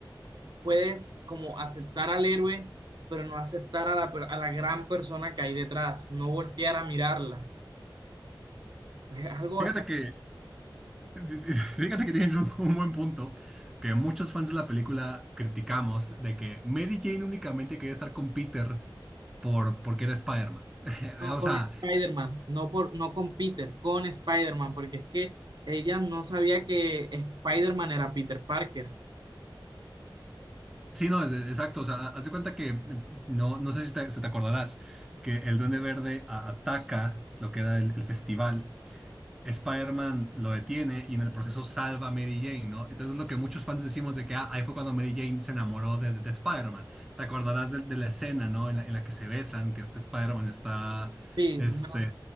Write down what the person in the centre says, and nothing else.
Fíjate que, <laughs> fíjate que tienes un, un buen punto, que muchos fans de la película criticamos de que Mary Jane únicamente quería estar con Peter por, porque era Spider-Man. <laughs>
O
sea,
sí, no, es- es- exacto. O sea, haz de cuenta que, no, no sé si te, si te acordarás, que el Duende Verde a- ataca lo que era el, el festival Spider-Man lo detiene y en el proceso salva a Mary Jane, ¿no? Entonces lo que muchos fans decimos de que ah, ahí fue cuando Mary Jane se enamoró de, de Spider-Man. Te acordarás de, de la escena, ¿no? En la, en la que se besan, que este Spider-Man está
este,